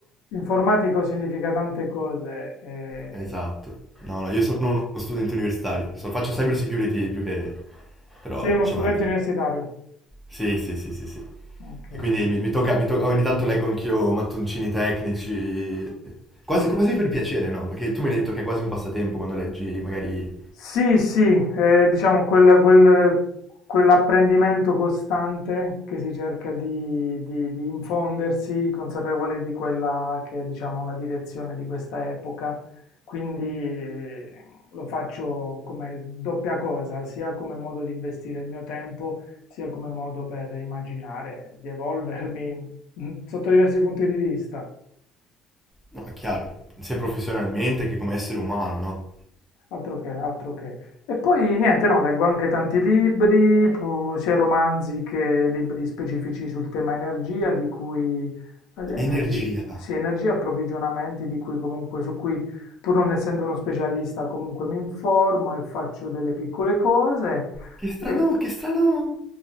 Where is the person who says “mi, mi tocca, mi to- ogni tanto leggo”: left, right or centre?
Centre